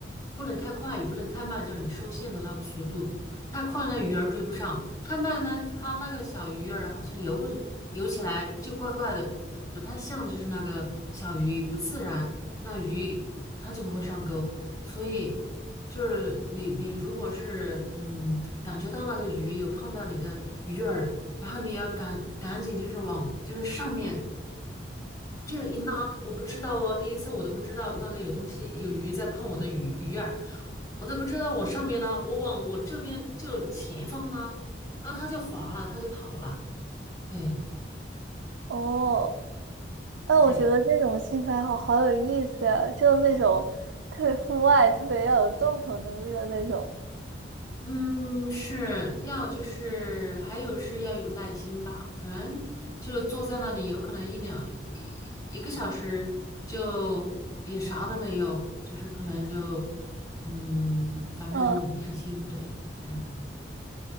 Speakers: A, on the left; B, on the right.
A: 不能太快，也不能太慢，就是你收线的那个速度。太快了，鱼儿追不上；太慢呢，它那个小鱼儿好像游不游起来就怪怪的，不不太像就是那个小鱼，不自然。那鱼它就不会上钩，所以。就是你你如果是嗯感觉到那个鱼有碰到你的鱼饵，然后你要赶赶紧就是往就是上面这样一拉，我不知道哦，第一次我都不知道那个有东西有鱼在碰我的鱼鱼饵，我都不知道往上面拉，我往我这边就前方拉，然后它就滑了，它就跑了，对
B: 哦，哎，我觉得这种兴趣爱好好有意思呀，
A: 对。
B: 就是那种特别户外、特别要有动手能力的那种。
A: 嗯，是要就是还有是要有耐心吧，可能就坐在那里，有可能一两一一个小时就也啥都没有，就是可能就嗯，反正耐心对这样，
B: 嗯。